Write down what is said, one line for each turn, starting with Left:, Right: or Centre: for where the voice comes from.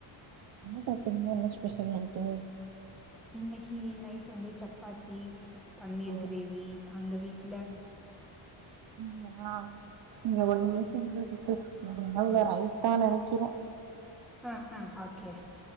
Right: என்ன சாப்டிங்க என்ன ஸ்பெஷல் நைட்டு
Centre: இன்னைக்கு நைட் வந்து chapati with paneer
Right: O
Centre: gravy அங்க வீட் டுல
Right: ம் நா இங்க ஒன்னுமே செய்யல சிஸ்டர் ஒன்னு இல்ல ரைஸ் தா நெனைக்கிறே
Centre: ஆஹ ஆஹ ஓகே